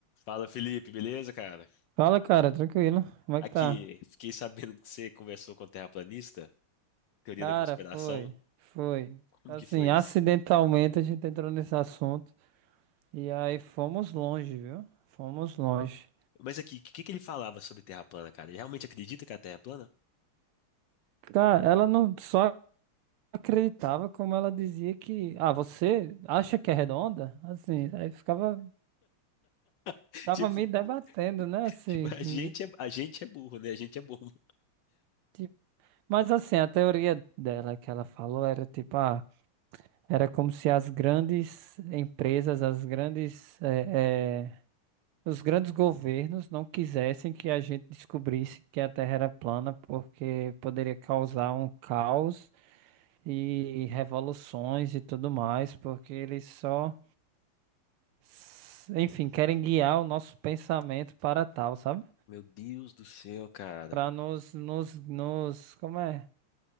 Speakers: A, on the left (about 70°); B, on the right (about 80°).
A: Fala, Felipe, beleza, cara?
B: Fala, cara, tranquilo. Como
A: Aqui,
B: é que tá?
A: fiquei sabendo que você conversou com o terraplanista, teoria
B: Cara,
A: da conspiração.
B: foi, foi.
A: Como
B: Assim,
A: que foi
B: acidentalmente
A: isso?
B: a gente entrou nesse assunto e aí fomos longe, viu? Fomos longe.
A: Mas aqui, o que que ele falava sobre terra plana, cara? Ele realmente acredita que a terra é plana?
B: Cara, ela não só acreditava como ela dizia que, ah, você acha que é redonda? Assim, aí ficava,
A: <laughs>
B: ficava me debatendo, né? Assim,
A: Tipo, a
B: me-
A: gente é, a gente é burro, né? A gente é burro.
B: tipo- mas assim, a teoria dela que ela falou era tipo, ah, era como se as grandes empresas, as grandes eh, eh, os grandes governos não quisessem que a gente descobrisse que a Terra era plana, porque poderia causar um caos e revoluções e tudo mais, porque eles só, s- enfim, querem guiar o nosso pensamento para tal, sabe?
A: Meu Deus do céu, cara.
B: Para nos, nos, nos, como é?